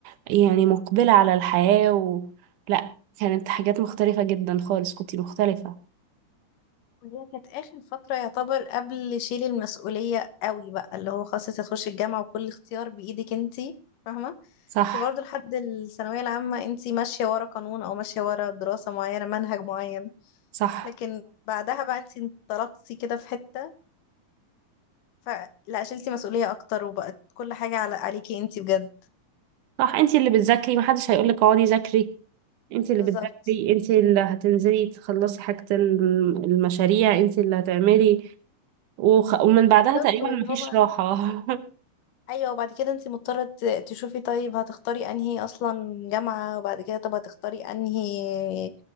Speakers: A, on the right; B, on the left.
A: يعني مقبله على الحياه و... لا كانت حاجات مختلفه جدا خالص كنتي مختلفه
B: وهي كانت آخر فترة يعتبر قبل شيل المسؤولية قوي بقى اللي هو خلاص انت هتخشي الجامعة وكل اختيار بإيدك انتي فاهمة
A: صح
B: انتي برضه لحد الثانوية العامة انتي ماشية ورا قانون او ماشية ورا دراسة معينة منهج معين
A: صح
B: لكن بعدها بقى انتي انطلقتي كده في حتة فلا شلتي مسؤولية اكتر وبقت كل حاجة على عليكي انتي بجد
A: صح انت اللي بتذاكري محدش هيقولك اقعدي ذاكري انت اللي
B: بالظبط
A: بتذاكري انت اللي هتنزلي تخلصي حاجة الم- المشاريع انت اللي هتعملي وخ... ومن بعدها
B: بالظبط
A: تقريبا
B: واللي
A: مفيش
B: هو
A: راحة <laughs>
B: ايوه وبعد كده انت مضطره ت- تشوفي طيب هتختاري انهي اصلا جامعه وبعد كده طب هتختاري انهي